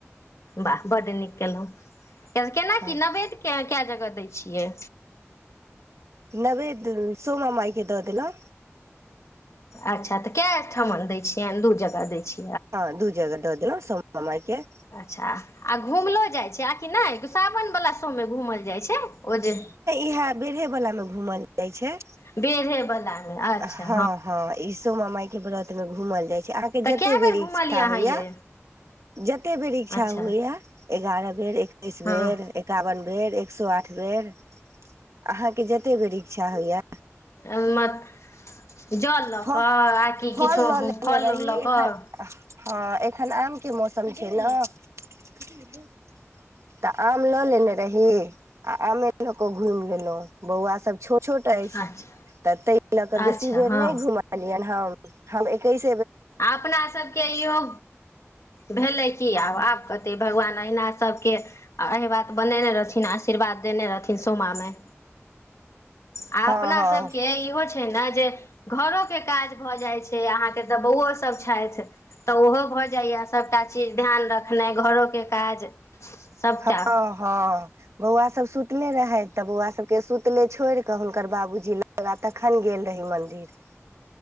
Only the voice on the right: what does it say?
हँ
नवेद सोमामाइके द देलउ
हँ दू जग द देलौ सोमामाइके
इहै बेरहे वला में घूमल जाय छै
हँ हँ ई सोमामाय के व्रत में घूमल जाय अहाँके
जतै
बेर
इच्छा
होइया
जते बेर इच्छा
हुइए एगारह बेर एकैस
बेर एकावन बेर बेर एकसौ आठ बेर अहा के जते बेर इच्छा होइया
फ
फल
लऽ लेने
रही
एखन
हँ एखन आमके मौसम छै ने कथी भेलौ तऽ आम लऽ लेने रही आ आमे लऽ कऽ घुमि लेलहु बौआ सब छोट छोट अइछ
त तइ लऽ बेसी
बेर
नइ घुमलियन हम हम ईकैस
हँ
हँ
हँ हँ बौआ सब सुतले रहै तऽ बौआ सबके सुतले छोइर तऽ हुनकर बाबूजी ला तखन गेल रही मन्दिर